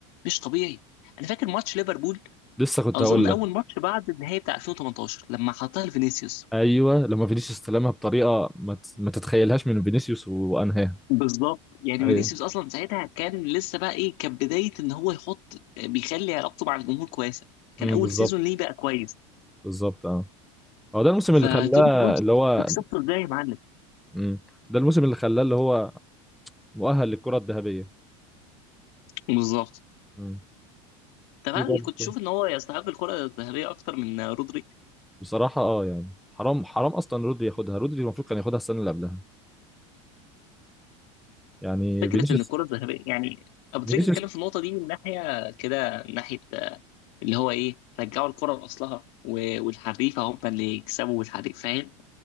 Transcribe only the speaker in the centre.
لسه كنت
هقول
لك
ايوه لما فينيسيوس استلمها بطريقة ما ت- ما تتخيلها تتخيلهاش من فينيسيوس وانهاها
ايوه
امم
بالظبط
بالظبط اه هو ده الموسم اللي
خلاه
اللي هو
مم. ده الموسم اللي خلاه اللي هو مؤهل للكرة الذهبية
مم.
في
برضه
بصراحة اه يعني حرام حرام اصلا رودري ياخدها رودري المفروض كان ياخدها السنة اللي قبلها يعني
فينيسيوس
فينيسيوس